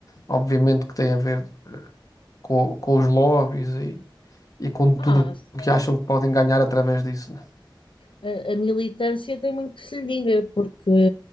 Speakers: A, on the left; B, on the left.
A: obviamente, que tem a ver com, com os lobbies e e com tudo
B: Ah, sim.
A: o que acham que podem ganhar através disso, né?
B: a, a militância tem muito que se lhe diga, porque